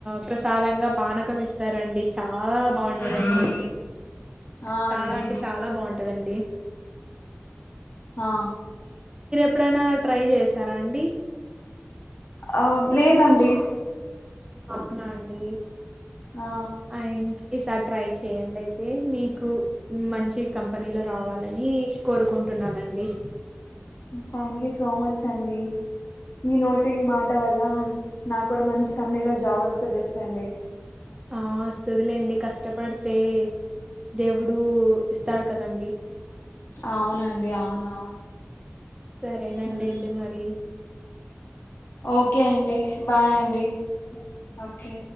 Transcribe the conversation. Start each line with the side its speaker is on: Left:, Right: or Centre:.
Right: ప్రసాదంగా పానకం ఇస్తారండి చా లా
Left: చక్కగా
Right: బాగుంటందండి,
Left: ఆ
Right: చాలా
Left: అండి
Right: అంటే చాలా బాగుంటందండి.
Left: హా
Right: ఎప్పుడన్నా ట్రై చేశారా అండి?
Left: ఆ లేదండి
Right: అవునా అండి
Left: ఆ
Right: అ ఈసారి ట్రై చేయండి అయితే మీకు మంచి కంపెనీలో రావాలని కోరుకుంటున్నానండి.
Left: థ్యాంక్ యూ సో మచ్ అండి మీ నోటి మాట వల్ల నాకు కూడా మంచి కంపెనీ లో జాబ్ వస్తే బెస్ట్ అండి.
Right: ఆ వస్తదిలేండి కష్టపడితే దేవుడు ఇస్తాడు కదండి
Left: అవునండి అవును
Right: సరేనండి
Left: అవును
Right: అయితే మరి
Left: ఓకే అండి బాయ్ అండి ఓకే